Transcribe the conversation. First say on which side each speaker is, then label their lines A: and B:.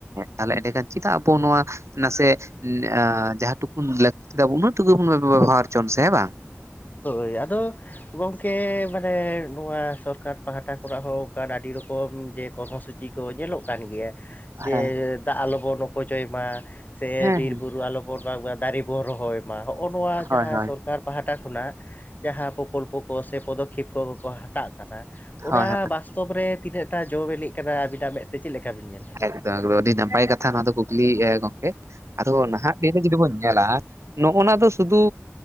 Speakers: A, on the right; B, on the left.
A: ᱛᱟᱦᱞᱮ ᱮᱸᱰᱮᱠᱷᱟᱱ ᱪᱮᱫᱟᱜ ᱟᱵᱚ ᱱᱚᱣᱟ ᱱᱟᱥᱮ ᱮ ᱡᱟᱦᱟᱸ ᱴᱩᱠᱩᱱ ᱞᱟ. ᱠ ᱪᱮᱫᱟᱜ ᱩᱱᱟᱹᱜ ᱴᱩᱠᱩᱱ ᱵᱚᱱ ᱵᱮᱵᱚᱦᱟᱨ ᱪᱚᱱ ᱥᱮ ᱦᱮᱸ ᱵᱟᱝ
B: ᱦᱳᱭ ᱟᱫᱚ ᱜᱚᱝᱠᱮ ᱢᱟᱱᱮ ᱱᱚᱣᱟ ᱥᱚᱨᱠᱟᱨ ᱯᱟᱦᱴᱟ ᱠᱷᱚᱱᱟᱜ ᱦᱚᱸ ᱚᱱᱠᱟᱱ ᱟᱹᱰᱤ ᱨᱚᱠᱚᱢ ᱡᱮ ᱠᱚᱨᱢᱚ ᱥᱩᱪᱤ ᱛᱤ ᱠᱚ ᱧᱮᱞᱚᱜ ᱠᱟᱱ ᱜᱮᱭᱟ ᱡᱮ
A: ᱦᱮᱸ
B: ᱫᱟᱜ ᱟᱞᱚᱵᱚᱱ ᱚᱯᱚᱪᱚᱭ ᱢᱟ ᱥᱮ
A: ᱦᱮᱸ
B: ᱵᱤᱨ
A: ᱦᱮᱸ
B: ᱵᱩᱨᱩ ᱟᱞᱚᱵᱚᱱ ᱢᱟᱜ ᱢᱟ ᱫᱟᱨᱮ ᱵᱚᱱ ᱨᱚᱦᱚᱭ ᱢᱟ ᱦᱚᱜᱼᱚ ᱱᱚᱣᱟ ᱡᱟᱦᱟᱸ
A: ᱦᱳᱭ ᱦᱳᱭ
B: ᱥᱚᱨᱠᱟᱨ ᱯᱟᱦᱴᱟ ᱚᱱᱟ ᱡᱟᱦᱟᱸ ᱯᱨᱚᱠᱚᱞᱯᱚ ᱠᱚ ᱥᱮ ᱯᱚᱫᱚᱠᱷᱮᱯ ᱠᱚ ᱠᱚ ᱦᱟᱛᱟᱜ ᱠᱟᱱᱟ ᱚᱱᱟ
A: ᱦᱳᱭ
B: ᱵᱟᱥ ᱼᱼ ᱛᱟᱯᱚᱨᱮ ᱛᱤᱱᱟᱹᱜ ᱴᱟ ᱡᱚ ᱵᱤᱞᱤᱜ ᱠᱟᱱᱟ ᱟᱵᱤᱱᱟᱜ ᱢᱮᱫ ᱛᱮ ᱪᱮᱫ ᱞᱮᱠᱟ ᱵᱤᱱ ᱧᱮᱞᱫᱟ
A: ᱮᱠᱫᱚᱢ ᱮᱠᱫᱚᱢ ᱟᱹᱰᱤ ᱱᱟᱯᱟᱭ ᱠᱟᱛᱷᱟ ᱱᱚᱣᱟ ᱫᱚ ᱠᱩᱠᱞᱤ ᱮᱫ ᱟ ᱜᱚᱝᱠᱮ ᱟᱫᱚ ᱱᱟᱦᱟᱜ ᱫᱤᱱᱨᱮ ᱡᱩᱫᱤ ᱵᱚᱱ ᱧᱮᱞᱟ, ᱱᱚᱜᱼᱚ ᱱᱟ ᱫᱚ ᱥᱩᱫᱷᱩ,